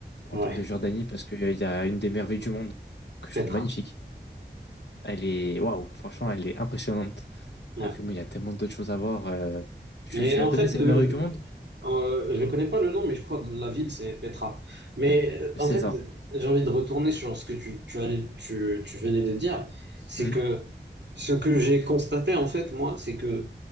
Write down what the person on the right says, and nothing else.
Ouais.
Petra.
Ouais.
Mais
en
fait,
le,
euh, je ne connais pas le nom, mais je crois que la ville, c'est Petra. Mais euh,
en fait,
j'ai envie de retourner sur ce que tu, tu, allais- tu, tu venais de dire. C'est
que ce que j'ai constaté, en fait, moi, c'est que